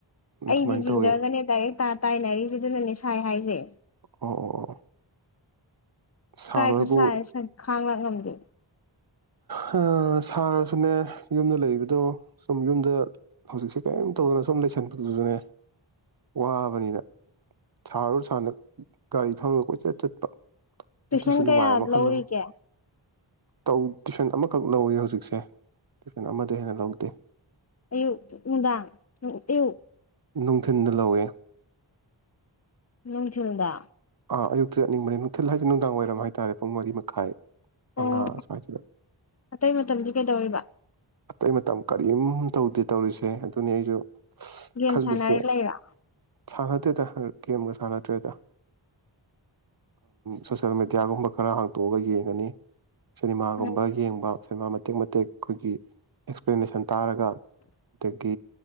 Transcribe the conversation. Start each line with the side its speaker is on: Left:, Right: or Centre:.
Right: ꯑꯗꯨꯃꯥꯏꯅ
Left: ꯑꯩꯗꯤ ꯆꯤꯡꯖꯒꯅꯦ
Right: ꯇꯧꯋꯦ
Left: ꯗꯥꯏꯔꯦꯛ ꯇꯥ ꯇꯥꯏꯅꯔꯤꯁꯤꯗꯨꯅꯅꯦ ꯁꯥꯏ ꯍꯥꯏꯁꯦ
Right: ꯑꯣ ꯑꯣ ꯁꯥꯕꯕꯨ
Left: ꯀꯥꯏ ꯈꯨꯁ ꯁꯥꯏ ꯈꯥꯡꯉ ꯂꯥꯛꯄ ꯉꯝꯗꯦ
Right: ꯍꯥ ꯁꯥꯔꯁꯨꯅꯦ ꯌꯨꯝꯗ ꯂꯩꯕꯗꯣ ꯁꯨꯝ ꯌꯨꯝꯗ ꯍꯧꯖꯤꯛꯁꯦ ꯀꯔꯤꯝ ꯇꯧꯗꯅ ꯁꯨꯝ ꯂꯩꯁꯟꯕꯗꯨꯁꯨꯅꯦ ꯋꯥꯕꯅꯤꯅ ꯁꯥꯔꯨꯔ ꯁꯥꯅ ꯒꯥꯔꯤ ꯊꯔꯣꯏ ꯀꯣꯏꯆꯠ ꯆꯠꯄ
Left: ꯇꯨꯏꯁꯟ
Right: ꯑꯗꯨꯁꯨ ꯅꯨꯡꯉꯥꯏꯕ
Left: ꯀꯌꯥ
Right: ꯃꯈꯜ
Left: ꯂꯧꯔꯤꯒꯦ
Right: ꯑꯃꯅꯤ ꯇꯧ ꯇꯤꯐꯤꯟ ꯑꯃꯈꯛ ꯂꯧꯋꯤ ꯍꯧꯖꯤꯛꯁꯦ ꯇꯤꯐꯟ ꯑꯃꯗ ꯍꯦꯟꯅ ꯂꯧꯗꯦ
Left: ꯑꯌꯨ ꯎꯗꯥꯡ ꯑꯌꯨ
Right: ꯅꯨꯡꯊꯤꯤꯟꯗ ꯂꯧꯋꯦ
Left: ꯅꯅꯨꯡ ꯆꯗ
Right: ꯑꯥ ꯑꯌꯨꯛꯇ ꯆꯠꯅꯤꯡꯕꯅꯦ ꯅꯨꯡꯊꯤꯜ ꯍꯥꯏꯁꯦ ꯅꯨꯡꯗꯥꯡ ꯋꯥꯏꯔꯝ ꯍꯥꯏꯇꯥꯔꯦ ꯄꯨꯡ ꯃꯔꯤ ꯃꯈꯥꯏ ꯃꯉꯥ
Left: ꯑꯣ
Right: ꯁ꯭ꯋꯥꯏꯁꯤꯗ
Left: ꯑꯇꯩ ꯃꯇꯝꯗꯤ ꯀꯩꯗꯧꯔꯤꯕ
Right: ꯑꯇꯩ ꯃꯇꯝ ꯀꯔꯤꯝ ꯇꯧꯗꯦ ꯇꯧꯔꯤꯁꯦ ꯑꯗꯨꯅꯤ ꯑꯩꯁꯨ
Left: ꯒꯦꯝ
Right: ꯈꯜꯂꯤꯁꯦ
Left: ꯁꯥꯟꯅꯔꯤꯒ ꯂꯩꯔ
Right: ꯁꯥꯟꯅꯗꯦꯗ ꯒꯦꯝꯒ ꯁꯥꯟꯅꯗ꯭ꯔꯦꯗ ꯁꯣꯁꯦꯜ ꯃꯦꯗꯤꯌꯥꯒꯨꯝꯕ ꯈꯔ ꯍꯥꯡꯇꯣꯛꯑꯒ ꯌꯦꯡꯉꯅꯤ ꯁꯤꯅꯦꯃꯥꯒꯨꯝꯕ
Left: ꯎꯝ
Right: ꯌꯦꯡꯕ ꯁꯤꯅꯦꯃꯥ ꯃꯇꯦꯛ ꯃꯇꯦꯛ ꯑꯩꯈꯣꯏꯒꯤ ꯑꯦꯛꯁꯄ꯭ꯂꯅꯦꯁꯟ ꯇꯥꯔꯒ ꯑꯗꯒꯤ